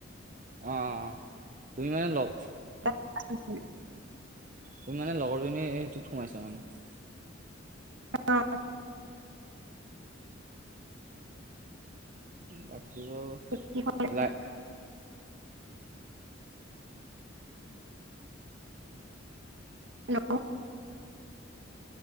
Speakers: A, on the right (about 40°); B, on the right (about 65°).
A: অঁ অঁ অঁ, তুমি মানে লগ
B: <unintelligible>
A: তুমি মানে লগৰজনীৰ এইটোত সোমাইছা মানে?
B: অ।
A: বাকী বোৰ
B: কি হয়
A: <unintelligible>
B: হেল্ল'